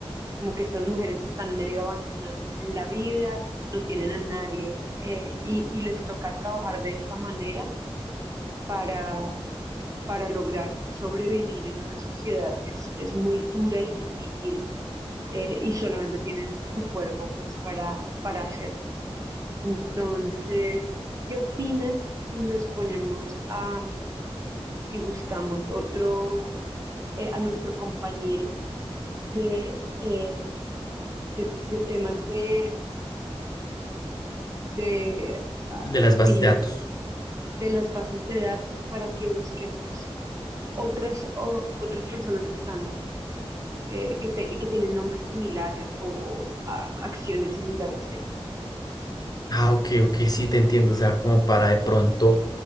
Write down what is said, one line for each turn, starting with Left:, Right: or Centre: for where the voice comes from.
Right: como que estas mujeres están medio abandonadas en la vida, no tienen a nadie eh, y, y les toca trabajar de esta manera para, para lograr sobrevivir en una sociedad que es, es muy dura y difícil eh, y solamente tienen su cuerpo pues para, para hacerlo. Entonces, ¿qué opinas si nos ponemos a, si buscamos otro, eh, a nuestro compañero de... eh, de, de temas de, de, ah,
Left: De las
Right: dije,
Left: bases de datos.
Right: de las bases de datos para que busquemos otras, o- otras personas que están, eh, que, te- que tienen nombres similares o, o, ah, acciones similares a ellas.
Left: Ah, ok, ok, sí, te entiendo. O sea, como para de pronto,